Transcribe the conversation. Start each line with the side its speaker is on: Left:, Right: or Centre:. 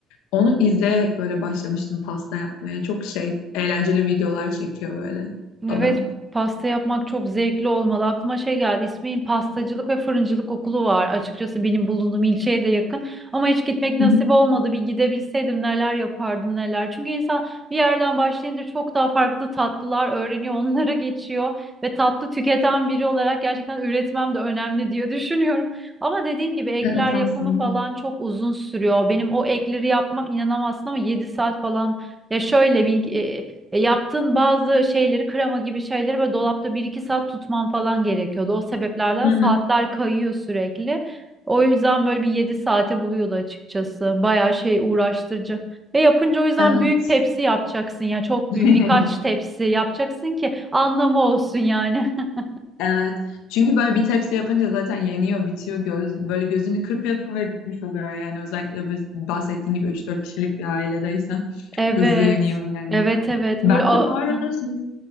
Left: Onu izleyerek böyle başlamıştım pasta yapmaya. Çok şey eğlenceli videolar çekiyor böyle adam.
Right: Evet, pasta yapmak çok zevkli olmalı. Aklıma şey geldi. İsmail'in pastacılık ve fırıncılık okulu var. Açıkçası benim bulunduğum ilçeye de yakın. Ama hiç gitmek nasip
Left: Hı hı.
Right: olmadı. Bir gidebilseydim neler yapardım neler. Çünkü insan bir yerden başlayınca çok daha farklı tatlılar öğreniyor, onlara geçiyor ve tatlı tüketen biri olarak gerçekten üretmem de önemli diye <laughs> düşünüyorum. Ama dediğin gibi ekler
Left: Evet
Right: yapımı
Left: aslında.
Right: falan çok uzun sürüyor. Benim o ekleri yapmam inanamazsın ama 7 saat falan ya şöyle bilgi e, yaptığın bazı şeyleri krema gibi şeyleri böyle dolapta bir iki saat tutman falan gerekiyordu. O sebeplerden
Left: Hı
Right: saatler
Left: hı.
Right: kayıyor sürekli. O yüzden böyle bir 7 saate buluyordu açıkçası. Bayağı şey uğraştırıcı. Ve yapınca o yüzden
Left: Evet.
Right: büyük tepsi yapacaksın ya çok
Left: <laughs>
Right: büyük birkaç tepsi yapacaksın ki anlamı olsun yani. <laughs>
Left: Evet. Çünkü böyle bir tepsi yapınca zaten yeniyor, bitiyor. Göz, böyle gözünü kırpıyorsun ve bitmiş oluyor yani. Özellikle biz bahsettiğin gibi üç dört kişilik bir ailedeysen
Right: Evet.
Left: hızlı yeniyor yani.
Right: Evet evet.
Left: Ben
Right: Böyle a
Left: de bu arada şimdi